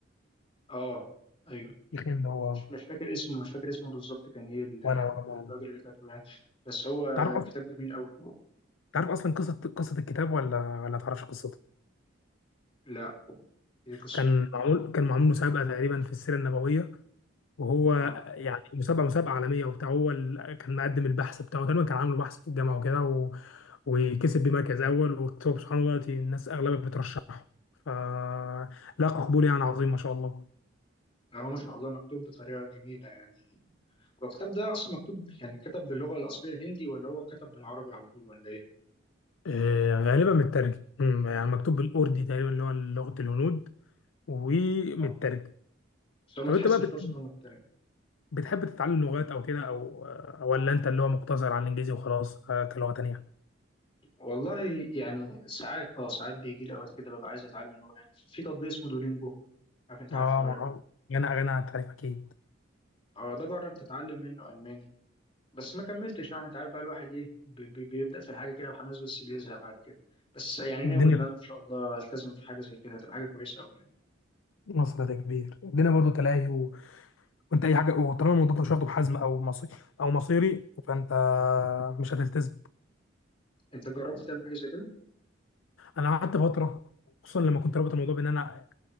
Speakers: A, on the left (about 30°); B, on the left (about 85°).
A: اه ايوه
B: يا أخي اللي هو
A: مش مش فاكر اسمه مش فاكر اسمه بالظبط كان ايه ال-
B: وأنا وأنا وأنا.
A: الراجل اللي كاتبه يعني بس هو
B: تعرف أصلا
A: كتاب جميل قوي
B: تعرف أصلا قصة قصة الكتاب ولا ولا تعرفش قصته؟
A: لا يكسر
B: كان معمول كان معمول مسابقة تقريبا في السيرة النبوية وهو
A: اه
B: يعني مسابقة مسابقة عالمية وبتاع هو ال- كان مقدم البحث بتاعه تقريبا كان عامل بحث في الجامعة وكده و... وكسب بمركز أول وكتب سبحان الله دلوقتي الناس أغلبها بترشحه فلاقى قبول يعني عظيم ما شاء الله
A: يعني هو ما شاء الله مكتوب بطريقة جميلة يعني هو الكتاب ده أصلا مكتوب يعني كتب باللغة الأصلية الهندي ولا هو كتب بالعربي على طول ولا إيه؟
B: آه، غالبا مترجم أمم، يعني مكتوب بالأردي تقريبا اللي هو لغة الهنود ومن
A: يعني
B: الترجمه
A: بس هو ما
B: طب
A: تحسش
B: انت بقى بت-
A: خالص إن هو مترجم
B: بتحب تتعلم لغات او كده او أو ولا انت اللي هو مقتصر على الانجليزي وخلاص آه، كلغه تانيه
A: والله يعني ساعات اه ساعات بيجي لي أوقات كده ببقى عايز أتعلم لغة يعني في في تطبيق اسمه دولينجو عارف أنت عارفه
B: اه
A: ولا
B: ما
A: لأ؟
B: غنى غنى عن التعريف اكيد
A: اه ده جربت أتعلم منه ألماني بس ما كملتش يعني أنت عارف بقى الواحد إيه بي- بي- بيبدأ في الحاجة كده بحماس بس بيزهق بعد كده بس يعني ناوي
B: الدنيا
A: إن أنا إن شاء الله ألتزم في حاجة زي كده هتبقى حاجة كويسة أوي يعني
B: في مصر ده كبير الدنيا برضو تلاهي و... وانت اي حاجه وطالما الموضوع مش واخده بحزم او مصير او مصيري فانت مش هتلتزم
A: أنت جربت تعمل حاجة زي كده؟
B: انا قعدت فتره خصوصا لما كنت رابط الموضوع بان انا